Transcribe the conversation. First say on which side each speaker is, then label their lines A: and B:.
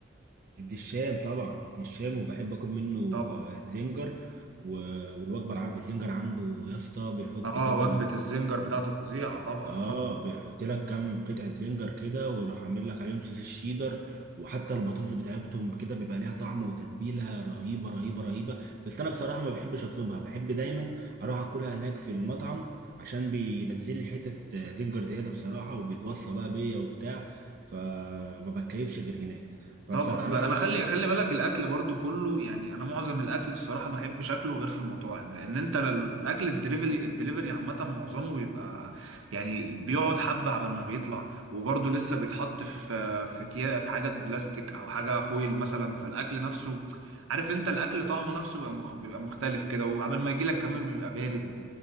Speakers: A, on the right (about 45°); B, on the right (about 85°).
A: ابن الشام طبعا ابن الشام وبحب اكل منه
B: طبعا
A: آه، زنجر و- والوجبه العربي الزنجر عنده يا اسطى بيحط
B: اه
A: كده
B: وجبة الزنجر بتاعته فظيعة طبعا
A: اه
B: طبعا
A: بيحط لك كام قطعه زنجر كده ويروح عامل لك عليهم صوص الشيدر وحتى البطاطس بتاعتهم كده بيبقى ليها طعم وتتبيله رهيبه رهيبه رهيبه بس انا بصراحه ما بحبش اطلبها بحب دايما اروح اكلها هناك في المطعم عشان بينزل لي حتت آه، زنجر زياده بصراحه وبيتوصى بقى بيا وبتاع فما بتكيفش غير هناك فبصراحه
B: طبعا بقى
A: لا
B: انا
A: لا
B: خلي
A: لا
B: خلي بالك الاكل برضو كله يعني انا معظم الاكل الصراحه ما احبش اكله غير في المطاعم لان انت ل- الاكل الدليفري الدليفري عامه معظمه بيبقى يعني بيقعد حبه على ما بيطلع وبرضو لسه بيتحط في في كيا في حاجه بلاستيك او حاجه فويل مثلا فالاكل نفسه عارف انت الاكل طعمه نفسه بيبقى مخ بيبقى مختلف كده وعبال ما يجي لك كمان بيبقى بارد